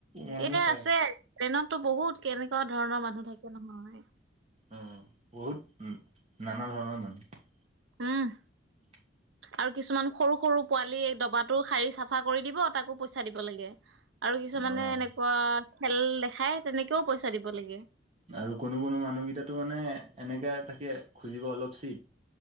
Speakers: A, on the right; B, on the right.
A: মানুহ
B: এ
A: পায়।
B: আছে ট্ৰেইনতো বহুত কেনেকুৱা ধৰণৰ মানুহ থাকে নহয়
A: উ বহুত উ নানা ধৰণৰ মানুহ
B: আহম
A: <inaudible>
B: আৰু কিছুমান সৰু সৰু পোৱালি এই দবাটো শাৰী চাফা কৰি দিব তাকো পইচা দিব লাগে আৰু কিছুমানে
A: অ',
B: এনেকুৱা খেল দেখাই তেনেকেও পইচা দিব লাগে।
A: আৰু কোনো কোনো মানুহ কেইটাতো মানে এনেকে তাকে খুজিব অলপ চিট